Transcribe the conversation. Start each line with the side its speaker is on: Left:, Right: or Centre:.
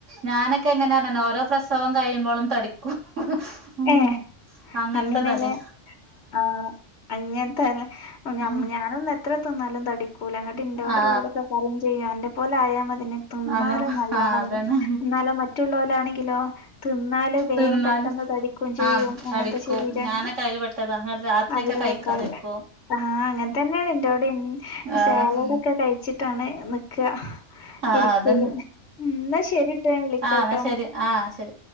Right: ഞാനൊക്കെ എങ്ങനാർനര്‌നോ ഓരോ പ്രസവം കഴിയുമ്പോളും തടിക്കും. ഉം
Left: ഏഹ്
Right: അങ്ങൻത്തെ
Left: അങ്ങനെ
Right: തടിയാ
Left: ലെ. ആഹ് അങ്ങൻത്തല്ലെ. ഞം
Right: ആഹ്
Left: ഞാനൊന്ന് എ ത്ര തിന്നാലും തടിക്കൂല. ഇങ്ങട്ട് ഇന്റോടെ
Right: ആഹ്
Left: ഉള്ളോലൊക്കെ പറയിം ചെയ്യും അന്റെ പോലെ ആയാ മതെനി. തിന്നാലോ
Right: ആഹ് അന്നോ
Left: നല്ലോണംന്ന്.
Right: ആഹ് അതന്നെ
Left: ഇന്നാലോ മറ്റുള്ളോല് ആണെങ്കിലോ തിന്നാല് വേം
Right: തിന്നാലും
Left: പെട്ടെന്ന് തടി ക്കും ചെയ്യും
Right: ആഹ്
Left: അങ്ങൻത്തെ
Right: തടിക്കും
Left: ശരീരാണ്.
Right: ഞാനൊക്കെ അയ്ല് പെട്ടതാ ന്നട്ട് രാത്രിയൊക്കെ
Left: അതില്
Right: കഴിക്കാതിരിക്കും
Left: പെട്ടാല്ലേ. ആഹ് അങ്ങൻ തെന്നേണ് ഇന്റോടിം.
Right: ആഹ്
Left: സേലഡൊക്കെ കഴിച്ചിട്ടാണ് നിക്ക.
Right: ആഹ്
Left: ഇരിക്കല്
Right: അതന്നെ
Left: ഉം ന്നാ ശരിട്ടോ ഞാൻ വിളിക്കട്ടോ.
Right: ആഹ് ന്നാ ശരി ആഹ് ശരി